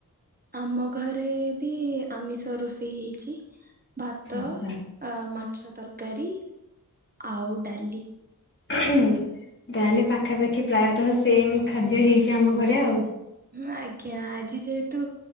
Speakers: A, on the right; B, on the left.
A: ଆମ ଘରେ ବି ଆମିଷ ରୋଷେଇ ହେଇଚି। ଭା
B: ଆଚ୍ଛା।
A: ଆଉ ମାଛ ତରକାରୀ ଆଉ ଡାଲି।
B: <unintelligible> ତାହେଲେ ପାଖାପାଖି ପ୍ରାୟତଃ ସେମ ଖାଦ୍ୟ ହେଇଚି ଆମ ଘରେ ଆଉ।
A: ହୁଁ ଆଜ୍ଞା, ଆଜି ଯେହେତୁ